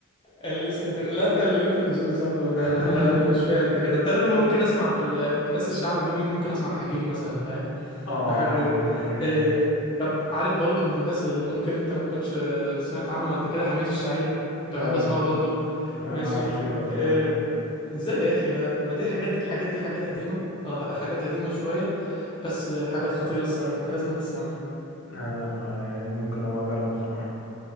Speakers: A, on the left; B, on the left.
A: اللي لسه خطير لا انت اللي ليك في الحظوظ يا صاحبي والله
B: <laughs>
A: انا ما ماليش فيها قد كده انت عارف انا ممكن اسمع في ال... في الناس الشعب دي مين ممكن اسمع حكيم مثلا فاهم
B: اه
A: بحبه
B: حكيم اي
A: إيه... طب عارف برضو من الناس اللي ممكن انت ما تكونش آه، سمعت عنه قد كده حميد الشاعري كنت بحب
B: اه
A: اسمعه برضو
B: لا
A: ماشي
B: ما اعرفش ده بصراحة
A: إيه... ازاي يا اخي ما... ما دي حاجات الحاجات دي حاجات قديمة اه حاجات قديمة شوية بس آه، حاجات خطيرة الصراحة انت لازم تسمعها
B: لا لا ما يعني ممكن ابقى اجرب بصراحة